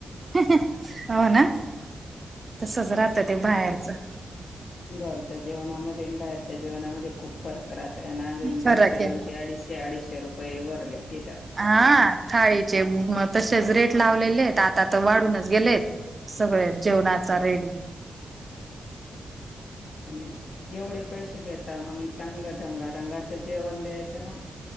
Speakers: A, on the right; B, on the left.
A: <unintelligible> हो ना तसच राहत ते बाहेरच
B: घरच्या जेवणामध्ये आणि बाहेरच्या जेवणामध्ये खूप फरक राहत आणि अजून दोनशे
A: फरक
B: दोनशे
A: आहे
B: अडीचशे अडीचशे रुपये भरले तिथं
A: हा थाळीचे म तसेच रेट लावलेले आता तर वाढूनच गेलेत सगळे जेवणाचा रेट
B: <inaudible> एवढे पैसे घेता मग चांगलं ढंगा रंगाचं जेवण द्यायचं ना